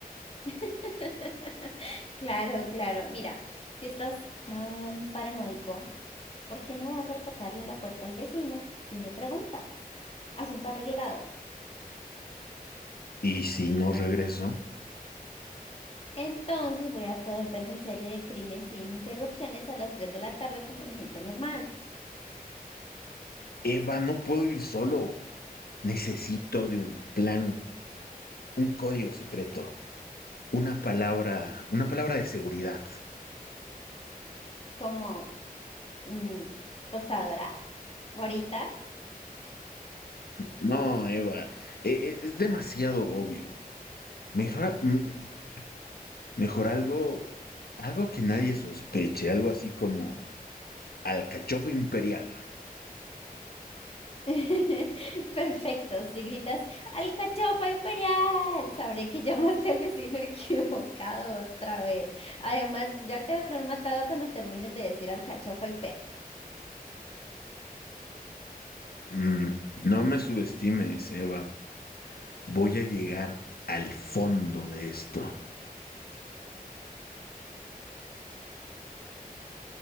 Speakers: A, on the left; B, on the left.
A: <laughs> Claro, claro. Mira, si estás tan paranoico, ¿por qué no vas a tocarle la puerta al vecino y le preguntas? Asunto arreglado.
B: Y si no regreso,
A: Entonces voy a poder ver mi serie de crimen sin interrupciones a las tres de la tarde como la gente normal,
B: Eva, no puedo ir solo. Necesito de un plan, un código secreto, una palabra, una palabra de seguridad.
A: como mm, tostadora, morita.
B: No, Eva, e- e- es demasiado obvio. Mejor, mm, mm, mejor algo, algo que nadie sospeche, algo así como Alcachofa imperial.
A: <laughs> Perfecto, si gritas ¡Alcachofa Imperial! Sabré que llamaste al vecino <laughs> equivocado otra vez. Además, ya te habrán matado cuando termines de decir alcachofa Imperial.
B: Mm, no me subestimes, Eva. Voy a llegar al fondo de esto.